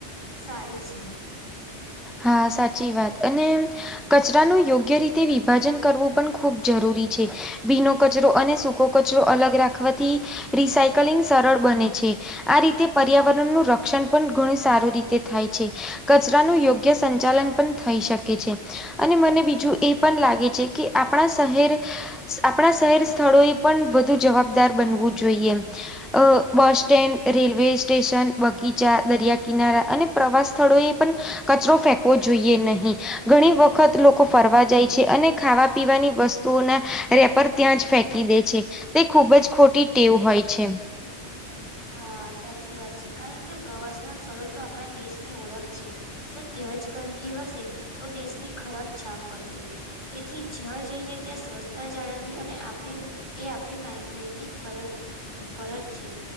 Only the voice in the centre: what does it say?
હા સાચી વાત અને કચરાનું યોગ્ય રીતે વિભાજન કરવું પણ ખૂબ જરૂરી છે ભીનો કચરો અને સૂ કો કચરો અલગ રાખવાથી રિસાયકલિંગ સરળ બને છે. આ રીતે પર્યાવરણનું રક્ષણ પણ ઘણું સારી રીતે થાય છે કચરાનું યોગ ગ્ય સંચાલન પણ થઈ શકે છે. અને મને બીજું એ પણ લાગે છે કે આપડા શહેર આપડા શહેર સ્થળો એ પણ વધુ જવાબદાર બનવું જોઈએ. અ બસ સ્ટેન્ડ રેલવે સ્ટેશન બગીચા દરિયા કિનારા અને પ્રવાસ સ્થળો એ પણ કચરો ફેંકવો જોઈએ નહીં. ઘણી વખત લોકો ફરવા જાય છે, અને ખાવા પીવાની વસ તુઓના રેપર ત્યાં જ ફેંકી દે છે. તે ખુબ જ ખોટી ટેવ હોય છે.